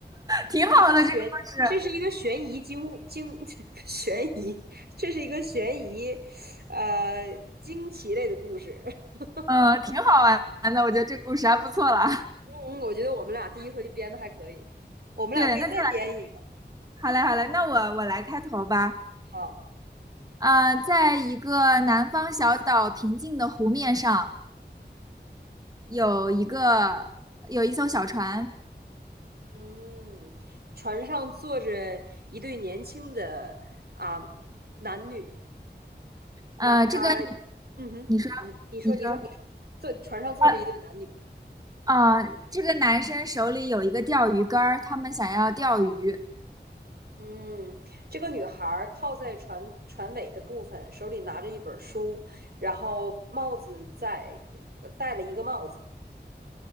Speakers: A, on the right; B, on the right.
A: 挺好的这个故事，
B: 这是一个悬，这是一个悬疑惊惊 <laughs> 悬疑，这是一个悬疑，呃，惊奇类的故事。<laughs>
A: 嗯，挺好玩的，我觉得这个故事还不错了。
B: 嗯，我觉得我们俩第一回编的还可以，我们俩可以再编一个。
A: 对，那就来，好嘞，好嘞，那我我来开头吧。
B: 好，
A: 呃，在一个南方小岛平静的湖面上。有一个有一艘小船，
B: 嗯，船上坐着一对年轻的啊、男女，那啊、
A: 呃，这个
B: 嗯哼，
A: 你说
B: 你说，
A: 你说
B: 你说，你说，坐船上坐着一对男女。
A: 呃啊，这个男生手里有一个钓鱼竿儿，他们想要钓鱼。
B: 嗯，这个女孩儿靠在船船尾的部分，手里拿着一本书，然后帽子在呃戴了一个帽子。